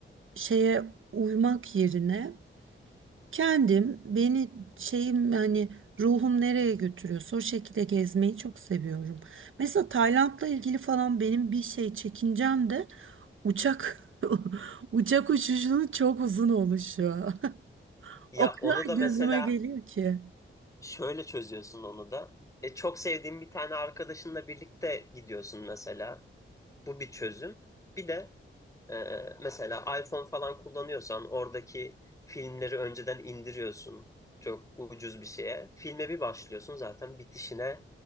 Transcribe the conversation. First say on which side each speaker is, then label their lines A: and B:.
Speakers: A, on the right; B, on the left.
A: şeye uymak yerine Kendim beni şeyim yani ruhum nereye götürüyorsa o şekilde gezmeyi çok seviyorum. Mesela Tayland'la ilgili falan benim bir şey çekincem de uçak <laughs> uçak uçuşunun çok uzun oluşu. <laughs>
B: Ya
A: O kadar
B: onu da mesela
A: gözüme geliyor ki.
B: Şöyle çözüyorsun onu da. E, çok sevdiğin bir tane arkadaşınla birlikte gidiyorsun mesela. Bu bir çözüm. Bir de e, mesela iPhone falan kullanıyorsan oradaki filmleri önceden indiriyorsun. Çok ucuz bir şeye. Filme bir başlıyorsun zaten bitişine